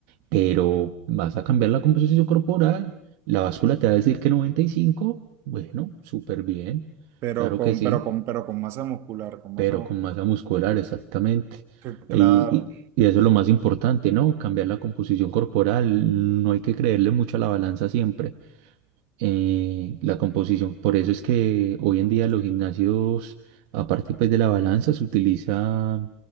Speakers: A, on the right; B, on the right.
A: pero vas a cambiar la composición corporal, la báscula te va a decir que 95, bueno, súper bien,
B: pero
A: claro
B: con,
A: que sí,
B: pero con, pero con masa muscular, con masa
A: pero
B: muscular.
A: con masa muscular, exactamente.
B: Que- Claro,
A: Y, y, y eso es lo más importante, ¿no? Cambiar la composición corporal, no hay que creerle mucho a la balanza siempre. Eh, la composición, por eso es que hoy en día los gimnasios, aparte pues de la balanza, se utiliza